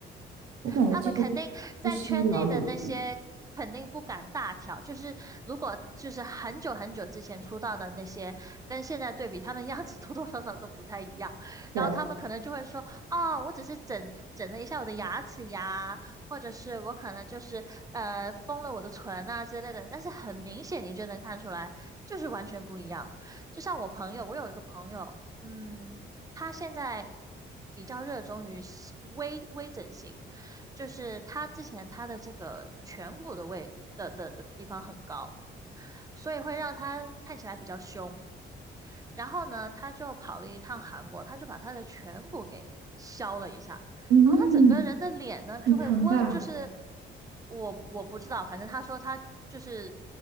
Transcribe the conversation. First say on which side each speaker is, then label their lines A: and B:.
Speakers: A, on the right; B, on the right.
A: 我感觉这个就不是一劳永逸，
B: 他们肯定在圈内的那些肯定不敢大调，就是如果就是很久很久之前出道的那些，跟现在对比，他们样子 <laughs> 多多少少都不太一样。
A: 对，
B: 然后他们可能就会说，哦，我只是整整了一下我的牙齿呀，或者是我可能就是呃封了我的唇啊之类的。但是很明显你就能看出来，就是完全不一样。就像我朋友，我有一个朋友，嗯，他现在比较热衷于是微微整形，就是他之前他的这个颧骨的位的的的地方很高，所以会让他看起来比较凶。然后呢，他就跑了一趟韩国，他就把他的颧骨给削了一下，
A: 嗯，
B: 然后他整个人的脸呢就会温，
A: 很疼吧？
B: 就是我我不知道，反正他说他就是